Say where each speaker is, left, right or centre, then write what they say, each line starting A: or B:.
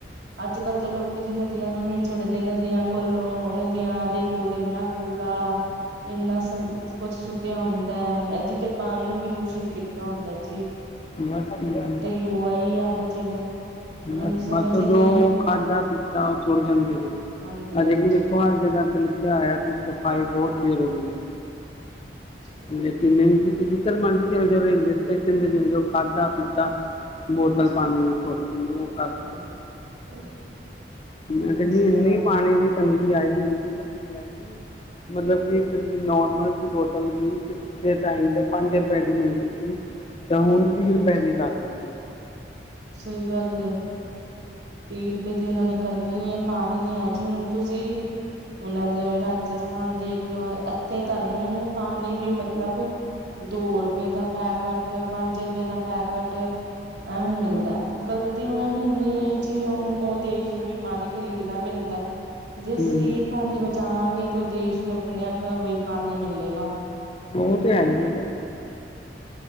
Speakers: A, on the right; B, on the left.
A: ਅੱਜ ਕੱਲ੍ਹ ਦੇ ਲੋਕੀ ਜੀ ਨਦੀਆਂ ਨੂੰ ਨੀ ਛੱਡਦੇ ਨਦੀਆਂ ਕੋਲੋਂ ਨਦੀਆਂ ਦੇ ਕੋਲ ਇੰਨਾ ਕੂੜਾ ਇੰਨਾ ਕੁਛ ਸੁੱਟਿਆ ਹੁੰਦਾ ਹੈ, ਨਦੀ ਤੇ ਪਾਣੀ ਨੂੰ ਵੀ ਦੂਸ਼ਿਤ ਕੀਤਾ ਹੁੰਦਾ ਜੀ।
B: <unintelligible>
A: ਯੁਵਾ ਈ ਏਹੋ ਜਹੇ ਨੇ। ਉਹਨਾਂ
B: ਮਤਲਬ
A: ਨੂੰ ਸਮਝ ਹੀ ਨਹੀਂ
B: ਜੋ
A: ਹੈ
B: ਖਾਦਾ- ਪੀਤਾ ਔ ਸੁਟ ਦਿੰਦੇ ਨੇ।
A: ਹਾਂਜੀ
B: ਅਜੇ
A: ਹਾਂਜੀ
B: ਵੀ ਦੇਖੋ ਹਰ ਜਗ੍ਹਾ ਤੇ ਲਿਖਿਆ ਹੋਇਆ ਕਿ ਸਫ਼ਾਈ ਬਹੁਤ ਜ਼ਰੂਰੀ ਹੈ।
A: <inaudible>
B: ਲੇਕਿਨ ਨਹੀਂ, ਤੁਸੀਂ ਜਿੱਧਰ ਮਰਜ਼ੀ ਚਲੇ ਜੋ, ਰੇਲਵੇ ਸਟੇਸ਼ਨ ਤੇ ਚਲੇ ਜੋ, ਖਾਧਾ ਪੀਤਾ ਬੋਤਲ,
A: ਹਾਂਜੀ
B: ਪਾਣੀ ਦੀ ਧੋਤੀ, ਉਹ ਕਰ
A: <inaudible>
B: ਮੈਂ
A: ਬਿਲਕੁਲ
B: ਕਹਿੰਦੀ,
A: ਸਹੀ
B: ਏਨੀ
A: ਗੱਲ
B: ਪਾਣੀ
A: ਹੈ
B: ਦੀ ਤੰਗੀ ਆਈ, ਏਨੀ ਤੰਗੀ ਆਈ ਮਤਲਬ ਕਿ, ਇੱਕ ਨੋਰਮਲ ਜੀ, ਬੋਤਲ ਵੀ ਕਿਸੇ, ਟਾਈਮ ਤੇ ਪੰਜ ਰੁਪਏ ਦੀ ਮਿਲਦੀ ਸੀ, ਤਾਂ ਹੁਣ
A: ਹਾਂਜੀ
B: ਤੀਹ ਰੁਪਏ
A: ਹਾਂਜੀ
B: ਦੀ ਕਰ ਦਿੱਤੀ।
A: ਸਹੀ ਗੱਲ ਏ। ਤੀਹ ਰੁਪਏ ਦੀ ਇਹਨਾਂ ਨੇ ਕਰਨੀ ਏ, ਪਾਣੀ ਨੀ ਹੈ ਜੀ, ਹੁਣ ਤੁਸੀਂ ਹੁਣ ਜਿਵੇਂ, ਰਾਜਸਥਾਨ ਦੇਖ ਲੋ, ਇੱਥੇ ਤੁਹਾਨੂੰ, ਪਾਣੀ ਵੀ ਮਤਲਬ ਦੋ ਰੁਪਏ ਦਾ ਪੈਕਟ, ਪੰਜ ਰੁਪਏ ਦਾ ਪੈਕਟ, ਐਵੇਂ ਮਿਲਦਾ, ਗ਼ਲਤੀ ਉਹਨਾਂ ਨੂੰ ਨਹੀਂ ਜੀ, ਉਹ -ਉਹ ਦੇਸ਼ ਨੂੰ ਵੀ, ਪਾਣੀ ਖਰੀਦਣਾ ਪੈਂਦਾ
B: ਹੈ
A: ਜਿਸ
B: ਹੂੰ
A: ਦੀ ਪਾਣੀ ਬਚਾਵਾਂਗੇ ਤੇ, ਉਹ ਦੇਸ਼ ਨੂੰ, ਆਪਣੇ ਆਪ ਵਹੀ ਪਾਨੀ ਮਿਲੇਗਾ।
B: ਉਹ ਤੇ, ਹੈ ਹੀ ਆ ਫੇਰ